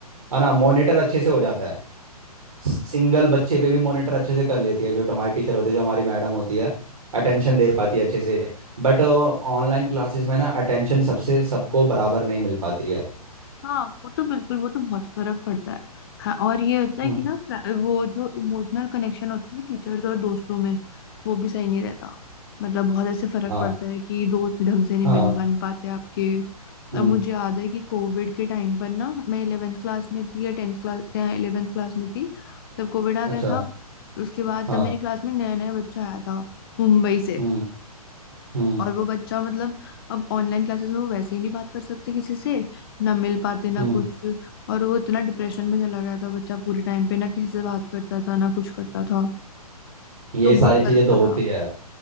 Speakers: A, on the right; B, on the left.
A: है ना
B: हाँ
A: मॉनिटर अच्छे से हो जाता है सिंगल बच्चे पे भी मॉनिटर अच्छे से कर लेती है जो हमारी टीचर होती है जो हमारी मैडम होती है अटेंशन दे पाती है अच्छे से बट ऑनलाइन क्लासेस में ना अटेंशन सबसे सबको बराबर नहीं मिल पाती है
B: हाँ वो तो बिल्कुल वो तो बहुत फर्क पड़ता है हाँ और ये होता है
A: हम्म,
B: कि ना प्रा- वो जो इमोशनल कनेक्शन होता है ना टीचर्स और दोस्तों में वो भी सही नहीं रहता मतलब बहुत ऐसे फर्क
A: हाँ
B: पड़ता है कि दोस्त ढंग से नहीं
A: हाँ
B: बन बन पाते आपके
A: हम्म,
B: अब मुझे याद है कि कोविड के टाइम पर ना मैं इलेवेंथ क्लास में थी या टेंथ क्लास इलेवेंथ क्लास में थी तब कोविड आ
A: अच्छा
B: गया था उसके बाद
A: हाँ
B: तब मेरी क्लास में नया नया बच्चा आया था मुंबई से
A: हम्म हम्म
B: और वो बच्चा मतलब अब ऑनलाइन क्लासेस में वो वैसे ही नहीं बात कर सकते किसी से ना मिल पाते ना
A: हम्म
B: कुछ और वो इतना डिप्रेशन में चला गया था बच्चा पूरे टाइम पे ना किसी से बात करता था ना कुछ करता था
A: ये
B: तो बहुत
A: सारी चीजें
B: फर्क
A: तो
B: पड़ा
A: होती है